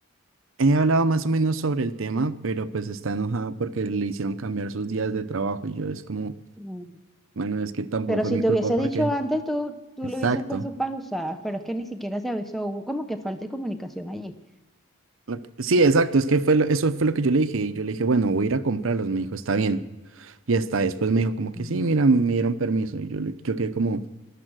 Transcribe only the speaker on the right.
He hablado más o menos sobre el tema, pero pues está enojada porque le hicieron cambiar sus días de trabajo y yo es como,
bueno, es que tampoco
fue
mi
culpa
porque...
Exacto.
lo que- Sí, exacto, es que fue lo- eso fue lo que yo le dije y yo le dije, bueno, voy a ir a comprarlos, me dijo, está bien. Y hasta después me dijo como que
sí, mira, me dieron permiso y yo, le- yo quedé como,